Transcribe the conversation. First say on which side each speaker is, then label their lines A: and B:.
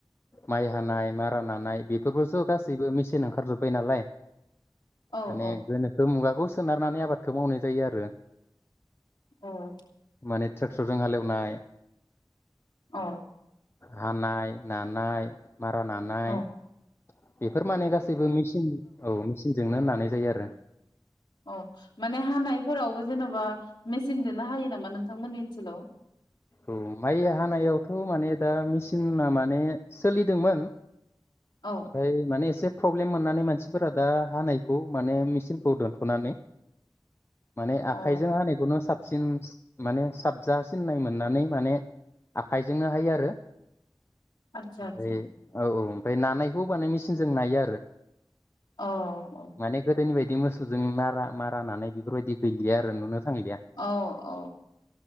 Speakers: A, on the left; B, on the left.
A: माइ हानाय मारा नानाय बेफोरबो स' गासैबो मेचिन ओंखारजोबबाय नालाय
B: औ
A: माने गोनोखो मुगा खौ सोनारनानै आबादखौ मावनाय जायो आरो।
B: औ
A: माने ट्रेक्टरजों हालेवनाय
B: औ।
A: हानाय, नानाय मारा नानाय
B: औ
A: बेफोर माने गासैबो मेचिन औ मेचिनजोंनो नानाय जायो
B: औ
A: आरो।
B: औ माने हानायफोरावबो जेन'बा मेचिनजोंनो हायो नामा नोंथांमोननि ओनसोलाव?
A: औ माइ हानायावथ' माने दा मेचिना माने सोलिदोंमोन
B: औ
A: ओमफ्राय माने एसे फ्रब्लेम मोननानै मानसिफोरा दा हानायखौ माने मेचिनखौ दोनथ'नानै माने आखाइजों
B: अ
A: हानायखौनो साबसिन माने साबजा सिननाय मोननानै माने आखाइजोंनो हायो आरो
B: आदसा आदसा
A: ओइ औ औ <unintelligible> <unintelligible> जों नायो आरो
B: औ औ
A: माने गोदोनि बायदि मोसौजों नारा मारा नानाय बेफोरबायदि गैलिया आरो नुनो थांलिया
B: औ औ